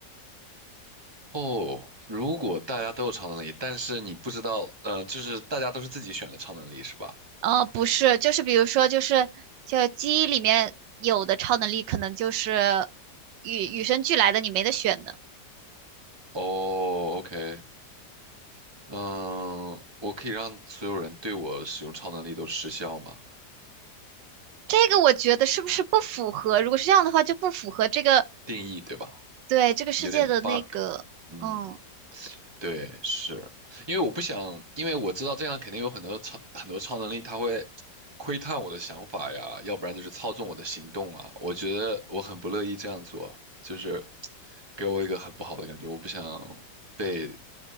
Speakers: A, on the right; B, on the right.
A: 哦，如果大家都有超能力，但是你不知道，呃，就是大家都是自己选的超能力是吧？
B: 呃，不是，就是比如说，就是就基因里面有的超能力，可能就是与与生俱来的，你没得选的。
A: 哦，OK，嗯，我可以让所有人对我使用超能力都失效吗？
B: 这个我觉得是不是不符合？如果是这样的话，就不符合这个，
A: 定义对吧？
B: 对，这个世界的那个，
A: 有点 bug。嗯，
B: 嗯
A: 对，是因为我不想，因为我知道这样肯定有很多超很多超能力，它会窥探我的想法呀，要不然就是操纵我的行动啊。我觉得我很不乐意这样做，就是给我一个很不好的感觉，我不想。被。